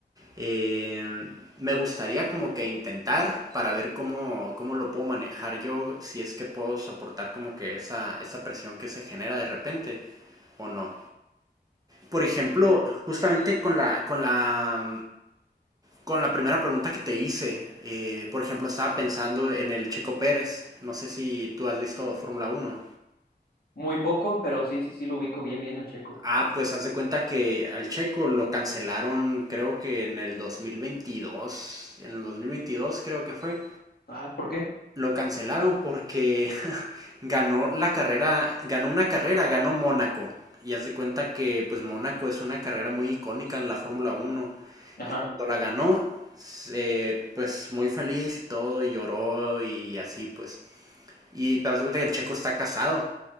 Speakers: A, on the right; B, on the left.
A: Eh, me gustaría como que intentar para ver cómo, cómo lo puedo manejar yo, si es que puedo soportar como que esa, esa presión que se genera de repente o no. Por ejemplo,
B: Y fíjate,
A: justamente con la, con la, con la primera pregunta que te hice, eh, por ejemplo, estaba pensando en el Checo Pérez, no sé si tú has visto Fórmula Uno.
B: muy poco, pero sí, sí, sí, lo ubico bien, bien al checo.
A: Ah, pues haz de cuenta que al Checo lo cancelaron, creo que en el 2022, en el 2022 creo que fue.
B: Ah, ¿por qué?
A: Lo cancelaron porque <laughs> ganó la carrera, ganó una carrera, ganó Mónaco. Y haz de cuenta que pues Mónaco es una carrera muy icónica en la Fórmula Uno.
B: Ajá,
A: Y cuando la ganó, se- pues muy feliz y todo, y lloró y así pues. Y pero haz de cuenta que el Checo está casado.